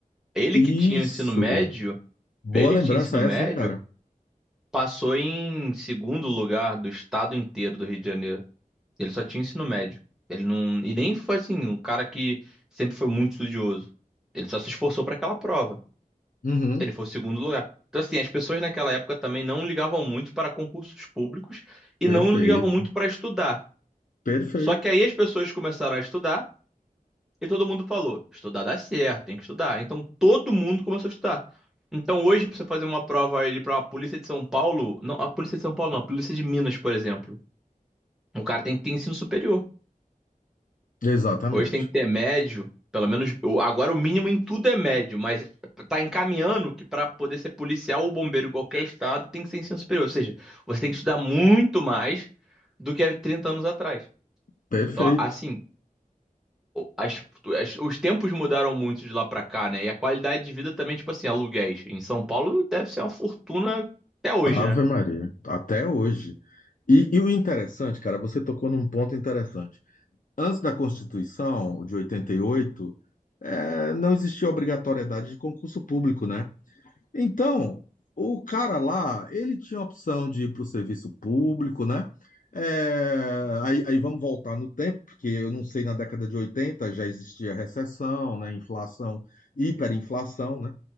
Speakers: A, in the centre; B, on the left.
A: Ele
B: Isso.
A: que tinha o ensino médio,
B: Boa
A: ele
B: lembrança
A: que tinha ensino
B: essa,
A: médio,
B: hein, cara?
A: Passou em segundo lugar do estado inteiro do Rio de Janeiro. Ele só tinha ensino médio. Ele não, e nem foi assim, um cara que sempre foi muito estudioso. Ele só se esforçou para aquela prova.
B: Uhum.
A: Ele foi o segundo lugar. Então, assim, as pessoas naquela época também não ligavam muito para concursos públicos e
B: Perfeito,
A: não ligavam muito para estudar.
B: perfeito,
A: Só que aí as pessoas começaram a estudar e todo mundo falou: estudar dá certo, tem que estudar. Então todo mundo começou a estudar. Então hoje, pra você fazer uma prova ali pra uma polícia de São Paulo, não, a polícia de São Paulo não, a polícia de Minas, por exemplo. O cara tem que ter ensino superior.
B: exatamente,
A: Hoje tem que ter médio, pelo menos o- agora o mínimo em tudo é médio, mas tá encaminhando que pra poder ser policial ou bombeiro em qualquer estado tem que ter ensino superior. Ou seja, você tem que estudar muito mais do que há 30 anos atrás.
B: perfeito.
A: Então, assim, as- as- os tempos mudaram muito de lá pra cá, né? E a qualidade de vida também, tipo assim, aluguéis. Em São Paulo deve ser uma fortuna até hoje,
B: Ave
A: né?
B: Maria, até hoje. E, e o interessante, cara, você tocou num ponto interessante. Antes da Constituição de 88, eh, não existia obrigatoriedade de concurso público, né? Então, o cara lá, ele tinha a opção de ir para o serviço público, né? Eh, aí, aí vamos voltar no tempo, porque eu não sei, na década de 80 já existia recessão, né? Inflação, hiperinflação, né?